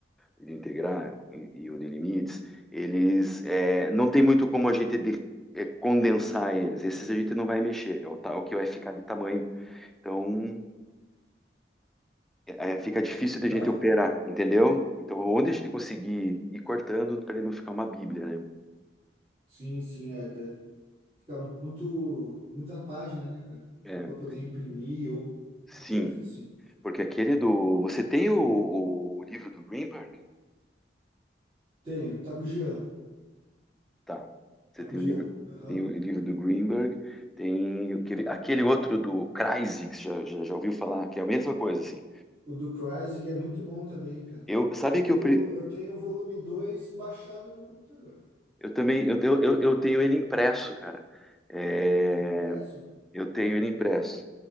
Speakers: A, in the centre; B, on the right.
A: de integrar e, e o de limites, eles é, não tem muito como a gente de- é, condensar eles. Esses a gente não vai mexer, é o, ta- é o que vai ficar de tamanho. Então, é, é, fica difícil de a
B: Tá.
A: gente operar, entendeu? Então, onde a gente conseguir ir cortando para ele não ficar uma bíblia, né?
B: Sim, sim, é, da- fica muito, muita página, né, pra,
A: É,
B: pra poder imprimir ou,
A: sim,
B: ou coisas assim.
A: porque aquele do... Você tem o, o livro do Greenberg?
B: Tenho, tá com o Jean,
A: Tá. Você
B: tá
A: tem
B: com o Jean,
A: o livro,
B: aham.
A: tem o livro do Greenberg, tem aquele, aquele outro do Kreisig, que você já, já, já ouviu falar, que é a mesma coisa, assim.
B: O do Cryzig é muito bom também, cara.
A: Eu, sabe
B: Eu tenho,
A: que eu, pre-
B: eu tenho o volume 2 baixado no computador
A: eu também,
B: do
A: eu,
B: Cryzig.
A: tenho- eu, eu tenho ele impresso, cara. É,
B: Você tem impresso
A: eu tenho ele impresso.